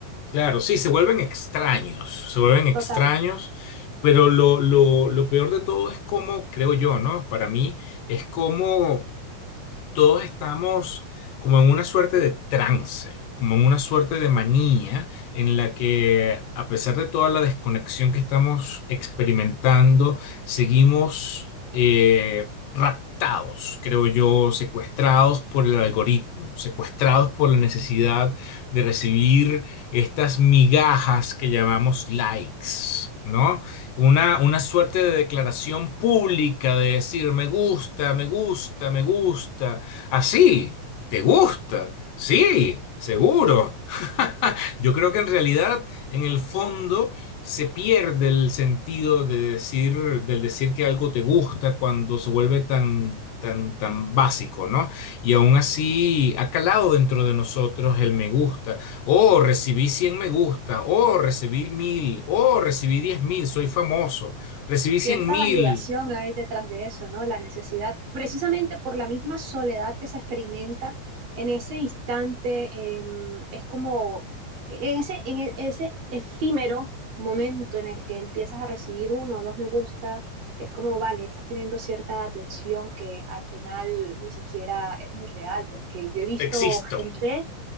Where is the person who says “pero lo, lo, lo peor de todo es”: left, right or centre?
Left